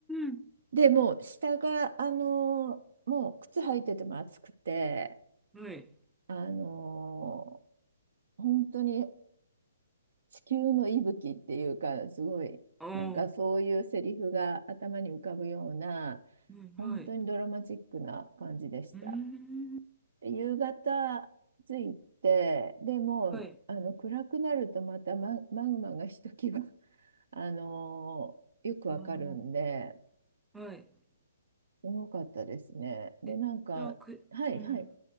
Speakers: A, in the centre; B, on the right.
A: ん。
B: でもう下が、あのーもう靴履いてても暑くて、
A: はい。
B: あのー本当に地球の息吹っていうか、すごい、
A: ああ、
B: なんかそういうセリフが頭に浮かぶような、
A: うん、はい。
B: 本当にドラマチックな感じでした。
A: うーん。
B: で夕方着いて、でもうあの暗くなるとまたマ、
A: はい。
B: マグマがひときわ、<laughs> あのーよくわかるんで、
A: ああ、はい。
B: 多かったですね。で、
A: え、
B: なんか、
A: じゃあ、く、
B: はいはい
A: うん。